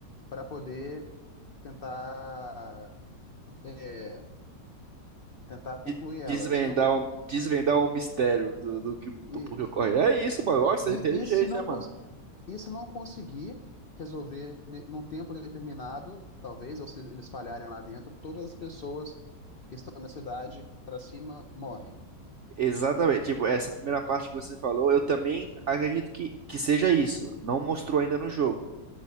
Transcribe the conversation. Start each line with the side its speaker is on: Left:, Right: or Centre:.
Left: para poder tentar é, tentar concluir
Right: De- Desvendar
Left: ela. E se não concluir,
Right: o, desvendar o mistério do, do, que-
Left: isso.
Right: do porquê ocorre. É isso, mano. Nossa,
Left: E,
Right: é inteligente,
Left: e se não,
Right: né, mano?
Left: cons- e se não conseguir resolver ne- num tempo determinado, talvez, ou se eles falharem lá dentro, todas as pessoas que estão na cidade para cima morrem.
Right: Exatamente. Tipo, essa primeira parte que você falou, eu também acredito que, que seja isso. Não mostrou ainda no jogo,